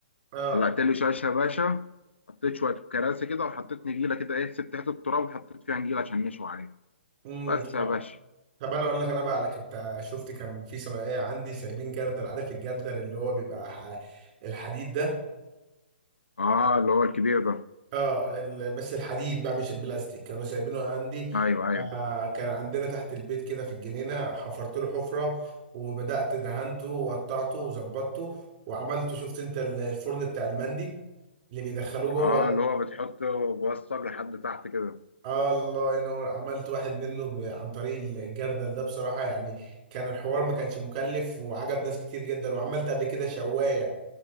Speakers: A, on the right (about 35°); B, on the left (about 85°).
A: اه
B: قلعت لي شاشة يا باشا حطيت شوية كراسي كده وحطيت نجيلة كده ايه سبت حتة التراب وحطيت فيها نجيلة عشان نشوي عليها
A: امم
B: بس يا باشا
A: طب انا اقول لك انا بقى على بتاع شفت كان في ثانويه عندي سايبين جردل عارف الجردل اللي هو بيبقى ح... الحديد ده
B: اه اللي هو الكبير ده
A: اه ال- بس الحديد بقى مش البلاستيك كانوا سايبينه عندي
B: ايوه ايوه
A: آه، كان عندنا تحت البيت كده في الجنينة حفرت له حفرة وبدأت دهنته وقطعته وظبطته وعملته شفت انت ال- الفرن بتاع المندي اللي بيدخلوه جوه
B: اه
A: ده
B: اللي هو بتحطه بوسط لحد تحت كده
A: آه الله ينور عملت واحد منه ب- عن طريق الجردل ده بصراحة يعني كان الحوار ما كانش مكلف وعجب ناس كتير جدا وعملت قبل كده شواية